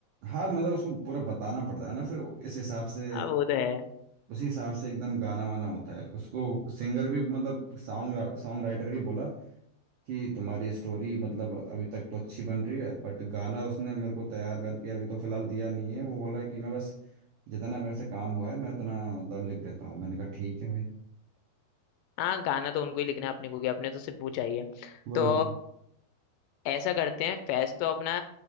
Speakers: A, on the right; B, on the left.
A: हाँ मतलब उसको पूरा बताना पड़ता है ना फिर इस हिसाब से
B: अब वो तो है
A: उसी हिसाब से एकदम गाना वाना होता है उसको सिंगर भी मतलब सॉन्ग सॉन्ग राइटर भी बोला कि तुम्हारी स्टोरी मतलब अभी तक तो अच्छी बन रही है बट गाना उसने मेरे को तैयार करके अभी तो फिलहाल दिया नहीं है वो बोला कि मैं बस जितना मेरे से काम हुआ है मैं इतना मतलब लिख देता हूँ मैंने कहा ठीक है भाई
B: हाँ गाना तो उनको ही लिखना है अपने को क्या अपने तो सिर्फ वो चाहिए
A: वही
B: तो
A: वही
B: ऐसा करते हैं फेस्ट तो अपना